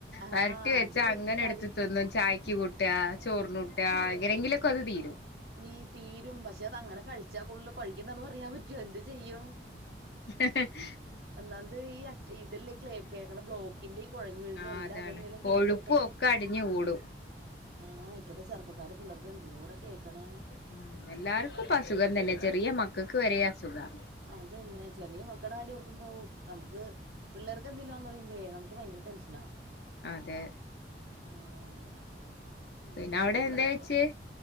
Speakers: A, on the right; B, on the left.
A: ആഹ്
B: വരട്ടിവെച്ചാ
A: അത് വല്യ
B: അങ്ങനെ
A: കാര്യ
B: എടുത്ത് തി തിന്നും ചായക്ക് കൂട്ടാ ചോറിനൂട്ടാ എങ്ങനെങ്കിലുക്ക അത് തീരും
A: ബീ തീരും പക്ഷെ അത് അങ്ങനെ കഴിച്ചാ കൊള്ളൂല കഴിക്കണ്ടാന്ന് പറയാൻ പറ്റോ എന്ത് ചെയ്യും
B: <inaudible>
A: ഒന്നാമത് ഈ അറ്റ് ഇതല്ലേ ക്ലേ കേക്കണ് ബ്ലോക്ക് ഇന്റെ ഈ കൊഴഞ്ഞ് വീഴല്
B: ആ
A: എല്ലാം
B: അതാണ്
A: അതന്നെയല്ലെ
B: കൊഴുപ്പും
A: കേക്ക്ണ്പ്പ
B: ഒക്കെ അടിഞ്ഞു കൂടും
A: ആഹ് ഇപ്പത്തെ ചെറുപ്പക്കാര് പുള്ളോർക്ക് എന്തോര കേക്കണെ
B: ഹ്മ്മ്, എല്ലാർക്കും ഇപ്പ അസുഖം തന്നെ ചെറിയ മക്കൾക്ക് വരെ അസുഖാ
A: അതന്നെ ചെറിയ മക്കട കാര്യം ഓർക്കുമ്പോ ഔ നമുക്ക് പിള്ളേർക്ക് എന്തെലോന്നറിമ്പേ നമുക്ക് ഭയങ്കര ട്ടെൻഷനാ
B: അതെ.
A: ആഹ്. ഉം
B: പിന്നെ അവിടെ
A: വേറെന്താ
B: എന്തേ ചേച്ചിയെ